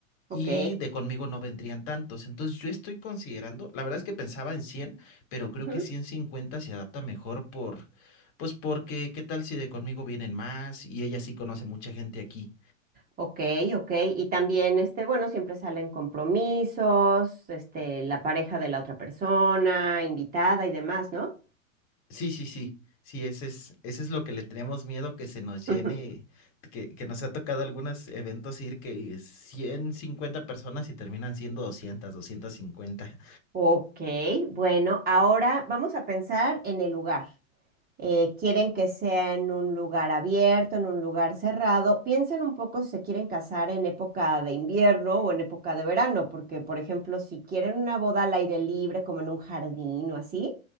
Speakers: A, on the right (about 20°); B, on the left (about 45°).
A: Ok,
B: y de conmigo no vendrían tantos. Entonces yo estoy considerando, la verdad es que pensaba en cien pero creo
A: ujú,
B: que 150 se adapta mejor por, pues porque, ¿qué tal si de conmigo vienen más y ella sí conoce mucha gente aquí?
A: ok, ok. Y también, este, bueno, siempre salen compromisos, este, la pareja de la otra persona, invitada y demás, ¿no?
B: Sí, sí, sí. Sí, ese es, ese es lo que le tenemos miedo que se nos llene,
A: <laughs>
B: que, que nos ha tocado algunos eventos ir que ciento cincuenta personas y terminan siendo doscientas doscientas cincuenta
A: Ok, bueno, ahora vamos a pensar en el lugar. eh, quieren que sea en un lugar abierto, en un lugar cerrado. Piensen un poco si se quieren casar en época de invierno o en época de verano, porque, por ejemplo, si quieren una boda al aire libre, como en un jardín o así,